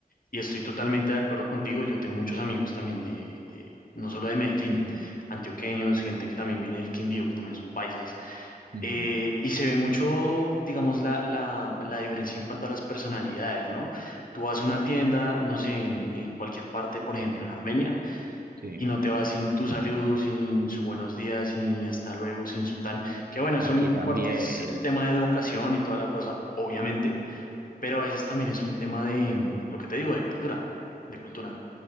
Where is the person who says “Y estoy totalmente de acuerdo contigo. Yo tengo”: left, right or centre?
Left